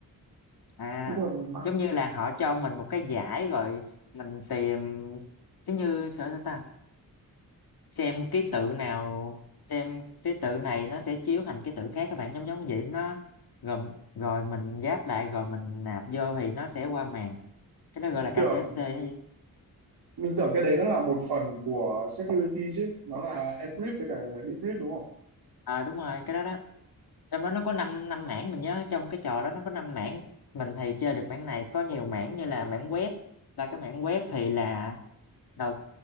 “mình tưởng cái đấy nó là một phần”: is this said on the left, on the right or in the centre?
Right